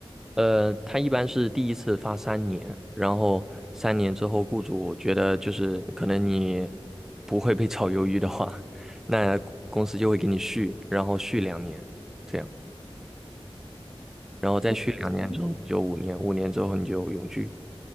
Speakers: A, in the centre; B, on the left.
A: 呃，他一般是第一次发三年，然后三年之后，雇主觉得就是可能你不会被炒鱿鱼的话，那公司就会给你续，然后续两年，这样，然后再续两年之后你就五年，
B: 我之前，
A: 五年之后你就永居。